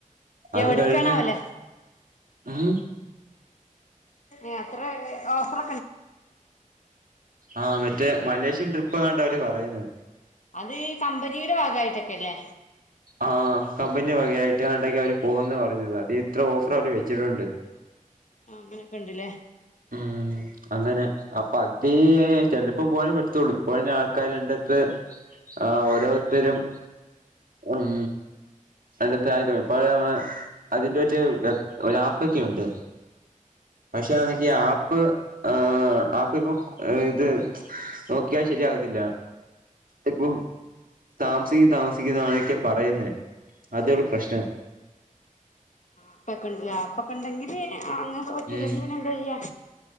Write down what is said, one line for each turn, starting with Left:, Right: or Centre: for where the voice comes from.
Right: അത്
Left: എവിടക്കാണാവല്ലേ
Right: കഴിഞ്ഞ ഉം
Left: ഏഹ് അത്ര ഓഫർ
Right: ആഹ് മറ്റേ മലേഷ്യൻ ട്രിപ്പ് എങ്ങാണ്ട അവര് പറയുന്നേ
Left: അത് ഈ കമ്പനിയുടെ ഭാഗായിട്ടൊക്കെല്ലേ
Right: ആ കമ്പനി വകയായിട്ട് കണ്ടേക്കെ അവര് പോകന്ന് പറഞ്ഞത് അത് ഇത്ര ഓഫർ അവര് വെച്ചിട്ടുണ്ട്
Left: ആഹ് അങ്ങനൊക്കെണ്ട്ല്ലേ
Right: ഉം അങ്ങനെ അപ്പൊ അത് ചെല ഇപ്പം പോവനെ പറ്റത്തുള്ളൂ ഇപ്പൊ ആൾക്കാർ രണ്ടത്ത് ആ ഓരോരുത്തരും ഉം എണ്ടത്തെ ആയിക്കോ ഇപ്പ <unintelligible> അതിന്റെ ഒരു ഒ ആപക്കുണ്ട് പക്ഷെ അപ്പ ആ ആപ്പ്‌ ഇപ്പം ഇത് നോക്കിയാൽ ശരിയാകത്തില്ല ഇപ്പൊ താമസിക്കും താമസിക്കുന്നാണൊക്കെ പറയുന്നേ അതെള്ളൂ പ്രശ്നം
Left: ആപ്പൊക്കെണ്ടല്ലേ അപ്പൊക്കെണ്ടെങ്കില് അങ്ങെ പറ്റില്ലെങ്കി
Right: ഉം
Left: പിന്നെ എന്താ ചെയ്യാ